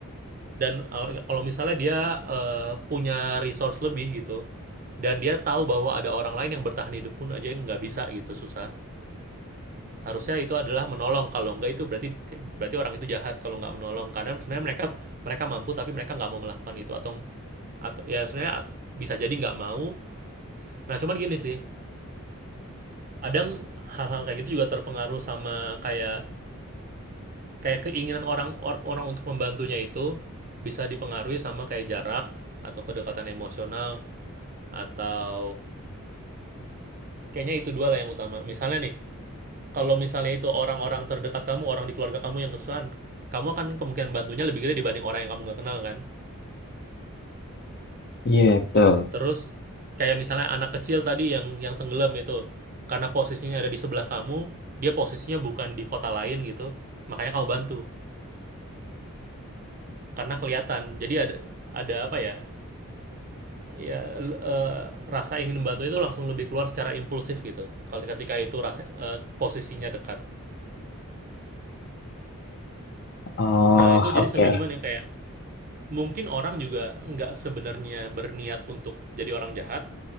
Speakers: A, on the right (about 40°); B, on the left (about 50°).
A: Dan, eee, kalau misalnya dia, eee, punya resource lebih gitu, dan dia tahu bahwa ada orang lain yang bertahan hidup pun aja yang nggak bisa gitu, susah. Harusnya itu adalah menolong, kalau nggak itu berarti berarti orang itu jahat kalau nggak menolong. Karena sebenarnya mereka mereka mampu tapi mereka nggak mau melakukan itu atau atau ya sebenarnya bisa jadi nggak mau. Nah, cuman gini sih, kadang hal-hal kayak gitu juga terpengaruh sama kayak kayak keinginan orang or orang untuk membantunya itu bisa dipengaruhi sama kayak jarak atau kedekatan emosional. atau kayaknya itu dua lah yang utama. Misalnya nih, kalau misalnya itu orang-orang terdekat kamu, orang di keluarga kamu yang kesusahan, kamu akan kemungkinan bantunya lebih gede dibanding orang yang kamu nggak kenal kan.
B: iya betul.
A: Terus kayak misalnya anak kecil tadi yang yang tenggelam itu, karena posisinya ada di sebelah kamu, dia posisinya bukan di kota lain gitu, makanya kamu bantu karena kelihatan. Jadi ada ada apa ya? ya l- eh, rasa ingin membantu itu langsung lebih keluar secara impulsif gitu. Kalau ketika itu rasa eh, posisinya dekat.
B: Oh,
A: Nah, itu jadi
B: oke.
A: sebenarnya gimana ya? Kayak Mungkin orang juga nggak sebenarnya berniat untuk jadi orang jahat,